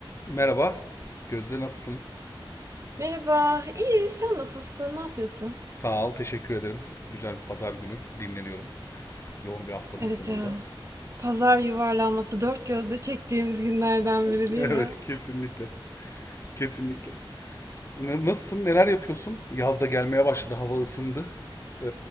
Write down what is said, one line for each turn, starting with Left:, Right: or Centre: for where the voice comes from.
Left: Merhaba. Gözde nasılsın?
Right: Merhaba, iyi. Sen nasılsın? Ne yapıyorsun?
Left: Sağ ol, teşekkür ederim. Güzel bir pazar günü dinleniyorum. Yoğun bir haftanın
Right: Evet
Left: sonunda.
Right: ya. Pazar yuvarlanması dört gözle çektiğimiz günlerden biri
Left: <laughs>
Right: değil
Left: Evet,
Right: mi?
Left: kesinlikle. Kesinlikle. N- nasılsın? Neler yapıyorsun? Yaz da gelmeye başladı. Hava ısındı. Ee,